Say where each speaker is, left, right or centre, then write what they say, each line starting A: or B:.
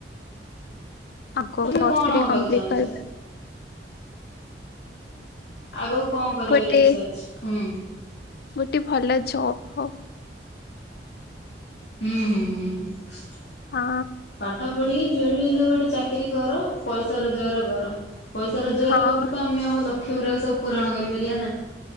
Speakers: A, on the left (about 60°); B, on the left (about 75°).
A: ଆଗେ
B: ତମେ
A: ପଲ୍
B: କଣ ହବାକୁ
A: ଟୁ କମ୍ପ୍ଲିଲିଟ୍
B: ଚାହୁଁଛ?
A: କରେ।
B: ଆଗକୁ କଣ କରିବାର
A: ଗୋଟେ
B: ଇଚ୍ଛା ଅଛି ହୁଁ।
A: ଗୋଟେ ଭଲ ଜବ୍ ଫବ
B: ହୁଁ ହୁଁ ହୁଁ।
A: ହଁ
B: ପାଠ ପଢିକି ଯୋଉଠି ହେଲେ ଗୋଟେ ଚାକିରୀ କର ପଇସା ରୋଜଗାର କର। ପଇସା ରୋଜଗାର
A: ହଁ
B: କଲେ ତ ଆମେ ଆମ ଲକ୍ଷ୍ୟରକୁ ସବୁ ପୂରଣ କରିପାରିବା ନା।